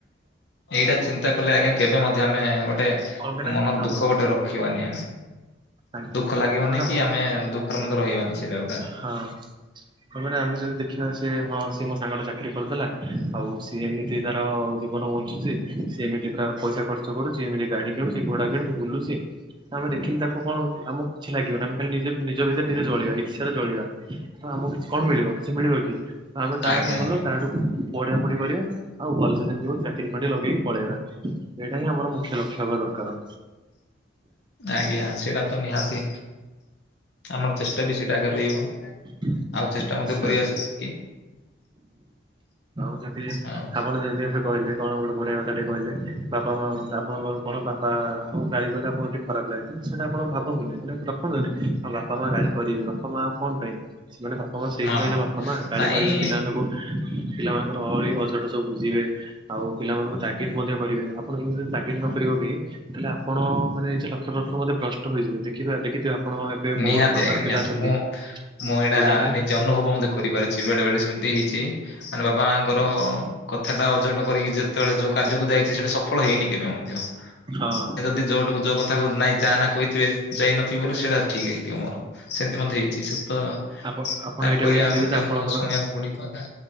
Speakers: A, on the left; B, on the right.
A: ଏଇଟା ଚିନ୍ତା। ଲେ ଆଜ୍ଞା କେବେ ମଧ୍ୟ ଆମେ ଗୋ ଟେ
B: କଣ ପାଇଁ ନା
A: ମନକୁ
B: ଆମ
A: ଦୁଃଖ ଗୋଟେ ରଖିବନି ଆମେ
B: ଆଜ୍ଞା।
A: ଦୁଃଖ ଲାଗିବନି କି ଆମେ ଦୁ ହରମନ୍ଦ ରହିବାନି। ସେଇଟା ଗୋଟେ
B: ହଁ ତ ମାନେ ଆମେ ଯଦି ଦେଖିବା ସେ ହଁ ସିଏ ମୋ ସାଙ୍ଗଟା ଚାକିରି କରୁ ଲା ଆଉ ସିଏ ଏମିତି ତାର ଜୀବନ ବଞ୍ଚୁଛି। ସେମିତି ପୁରା ପଇସା ଖର୍ଚ୍ଚ କରୁଛି ଏମିତି ଗାଡି କିଣୁଛି ଘୋଡା କିଣୁଛି ବୁଲୁଚି। ଆମେ ଦେଖିଲି ତାକୁ କଣ ଆମକୁ କିଛି ଲାଗିବନି ଆମେ ଖାଲି ନିଜେ ନିଜ ଭିତରେ ନିଜେ ଜଳି ଈର୍ଷାରେ ଜଳିବା ତ ଆମକୁ କିଛି କଣ ମିଳିବ କିଛି ମିଳିବ କି ତ ଆମେ ତାଠୁ
A: ଆଜ୍ଞା
B: ଭଲ
A: ଆଜ୍ଞା
B: ତାଠୁ ପଢି ପଢ଼ା ପଢ଼ି କରିବା ଆଉ ଭଲସେ ଯେମିତି ଗୋଟେ ଚାକିରି ଖଣ୍ଡେ ଲଗେଇକି ପଳେଇବା ଏଇଟା ହିଁ ଆମର ମୁଖ୍ୟ ଲକ୍ଷ୍ୟ ହବା ଦରକାର।
A: ଆଜ୍ଞା ସେଇଟା ତ ନିହାତି ଆମର ଚେଷ୍ଟା ବି ସେଇଟା ଏକା ରହିବ।
B: ନିଶ୍ଚୟ।
A: ଆଉ ଚେଷ୍ଟା ମଧ୍ୟ କରିବା ସେତିକି
B: ଆଉ ସେଠି
A: ଆଉ
B: ଆପଣ ଯେମିତି ସେଠି କହିଲେ କଣ ଗୋଟେ ଗୋଟେ ବଢିଆ କଥା ଟେ କହିଲେ ବାପା ମା ଆପଣଙ୍କ କ କଣ ବାପା ଆପଣଙ୍କୁ ଗାଳି କଲେ ଆପଣଙ୍କୁ ଟିକି ଖରାପ ଲାଗେ କି ସେଟା କଣ ଭା ରଖୁନ୍ତୁନି ମାନେ ରଖନ୍ତୁନି ଆ ବାପା ମା ଗାଳି କରିବେ ବାପା ମା ଆଉ କଣ ପାଇଁ ମାନେ ବା ମା ସେଇଥିପାଇଁ
A: ହଁ
B: ବାପା ମା ଗାଳି
A: ନାଇଁ
B: କରିବେ ପିଲାମାନଙ୍କୁ। ପିଲାମାନଙ୍କର ଅହଳି ଅଝଟ ସବୁ ବୁଝିବେ ଆଉ ପିଲାମାନଙ୍କୁ ତାଗିଦ ମଧ୍ୟ କରିବେ ଆପଣ ଙ୍କୁ ଯଦି ତାଗିଦ ନ କରିବେ। <unintelligible> ତାହେଲେ ଆପଣ ମାନେ ନିଜ ଲକ୍ଷ୍ୟପଥ ରୁ ବଧେ ଭ୍ରଷ୍ଟ ହୋଇଯିବେ ଦେଖିବେ ଦେଖିଥିବେ। ଆପଣ ଏବେ ବହୁତ
A: ନିହାତି
B: ପ୍ରକାର
A: ଆଜ୍ଞା
B: ପିଲା
A: ନିହାତି
B: ଅଛନ୍ତି
A: ମୁଁ ମୁଁ ଏଇଟା
B: ବଜାରରେ
A: ନିଜେ ଅନୁଭବ ମଧ୍ୟ କରିପାରୁଛି ବେଳେ ବେଳେ ସେମିତି। ହେଇଛି ମାନେ ବାବା ମାଙ୍କର କଥାଟା ଅଝଟ କରିକି ଯେତେବେଳେ ଯୋଉ କାର୍ଯ୍ୟକୁ ଯାଇଛି ସେଟା ସଫଳ ହେଇ ହେଇନି କେବେ ମଧ୍ୟ
B: ହଁ
A: ଯଦି ଯୋଉଟାକୁ ଯୋଉ କଥା କ ନାଇଁ ଯା ନା କ ଥିବେ ଯାଇନଥିବି ବୋଲେ ସେଇଟା ଠିକ ହେଇଥିବ ମୋର। ସେମିତି ମଧ୍ୟ ହେଇଛି ସେ ତ
B: ଆପଣ ଆପଣ
A: ତାଙ୍କୁ
B: ଏଇଟା
A: କହିବା
B: ବି ଦେଖିଥିବେ
A: ମଧ୍ୟ
B: ଯେ ଆପଣଙ୍କର
A: ମୋ ଶୁଣିବାକୁ ପଡି କଥା।